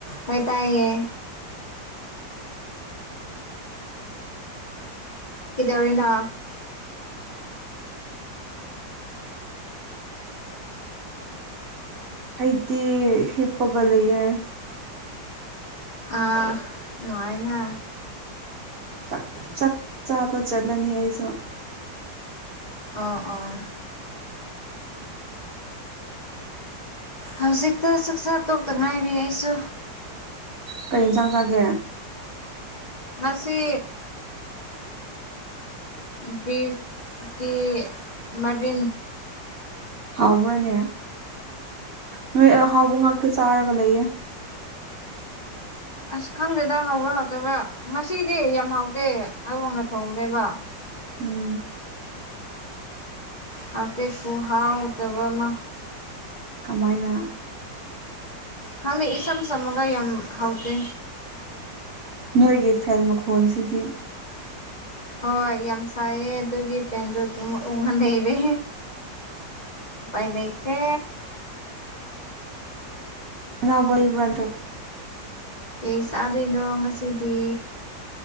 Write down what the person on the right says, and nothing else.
ꯑꯩꯗꯤ ꯍꯤꯞꯄꯒ ꯂꯩꯌꯦꯦ
ꯆꯥꯛ ꯆꯥꯛꯆꯥꯄ ꯆꯠꯂꯅꯤ ꯍꯥꯏꯁꯨ
ꯀꯩ ꯌꯦꯟꯁꯥꯡ ꯆꯥꯒꯦ
ꯍꯥꯎꯕ꯭ꯔꯥꯅꯦ ꯅꯣꯏꯍꯥꯎꯕ ꯉꯥꯛꯇ ꯆꯥꯔꯒ ꯂꯩꯌꯦ
ꯎꯝ
ꯀꯃꯥꯏꯅ
ꯅꯣꯏꯒꯤ ꯐꯦꯟ ꯃꯈꯣꯟꯁꯤꯗꯤ
<unintelligible>